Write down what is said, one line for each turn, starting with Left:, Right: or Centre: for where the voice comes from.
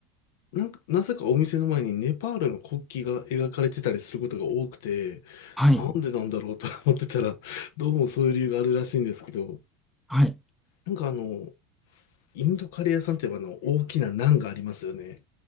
Left: なんか、なぜかお店の前にネパールの国旗が描かれてたりすることが多くて、
Centre: はい。
Left: なんでなんだろうと思ってたら、どうもそういう理由があるらしいんですけど、
Centre: はい。
Left: なんかあの、インドカレー屋さんって言えばあの大きなナンがありますよね。